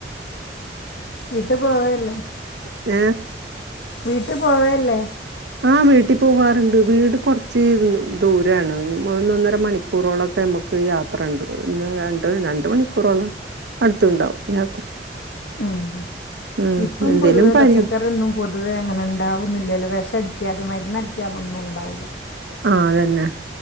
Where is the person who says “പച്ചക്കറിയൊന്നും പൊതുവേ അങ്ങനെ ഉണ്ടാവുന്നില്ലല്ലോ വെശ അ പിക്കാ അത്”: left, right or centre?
Left